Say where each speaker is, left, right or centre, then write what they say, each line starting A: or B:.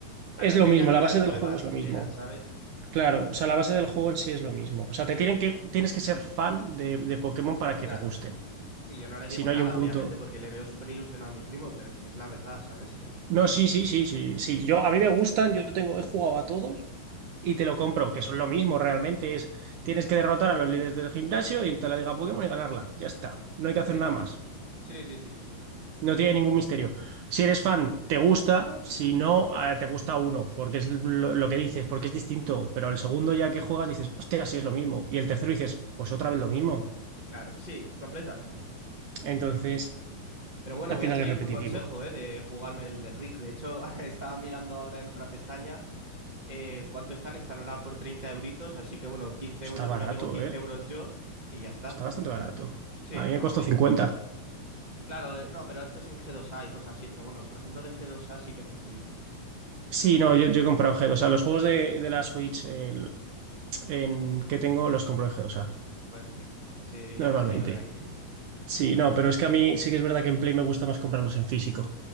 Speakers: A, on the right; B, on the right.
A: sea,
B: es
A: no hay
B: lo
A: mecánicas
B: mismo, la base
A: nuevas
B: del juego es
A: siquiera,
B: lo mismo.
A: ¿sabes?
B: Claro, o sea, la base del juego en sí es lo mismo. O sea, te
A: Sí,
B: tienen que, tienes que ser fan de, de Pokémon para que
A: claro.
B: te gusten.
A: Y yo no le
B: Si
A: digo
B: no
A: nada,
B: hay un punto.
A: obviamente, porque le veo súper ilusionado a mi primo, pero es que es la verdad, ¿sabes?
B: No, sí, sí, sí, sí, sí. Yo, a mí me gustan, yo tengo, he jugado a todos y te lo compro, que son lo
A: <laughs>
B: mismo realmente. Es, tienes que derrotar a los líderes del gimnasio, irte a la Liga Pokémon y ganarla. Ya está. No hay que hacer
A: Sí,
B: nada más.
A: sí, sí, sí, sí, sí.
B: No tiene ningún misterio. Si eres fan, te gusta. Si no, eh, te gusta uno, porque es lo, lo que dices, porque es distinto. Pero el segundo ya que juegas dices, hostia, sí es lo mismo. Y el tercero dices, pues otra vez lo mismo.
A: Claro, sí, completamente.
B: Entonces,
A: Pero bueno,
B: al
A: voy
B: final
A: a seguir
B: es repetitivo.
A: tu consejo, ¿eh? De jugarme el de Ring. De hecho, <laughs> estaba mirando ahora en otra pestaña eh, cuánto están. Están ahora por 30 euritos, así que bueno, 15
B: Está
A: euros
B: barato,
A: mi amigo, 15
B: ¿eh?
A: euros yo, y ya está,
B: Está bastante
A: ¿sabes?
B: barato.
A: Sí,
B: A mí
A: no.
B: me costó 50.
A: Claro, eh, no, pero esto es en g dos a y cosas así, pero bueno, por ejemplo, de g dos a sí que me fío.
B: Sí, no, yo, yo he comprado G2. O sea, los juegos de, de la Switch eh, en, que tengo los compro en G2,
A: Pues bien, sí,
B: normalmente.
A: yo me fío de ahí. <laughs>
B: Sí, no, pero es que a mí sí que es verdad que en Play me gusta más comprarlos en físico.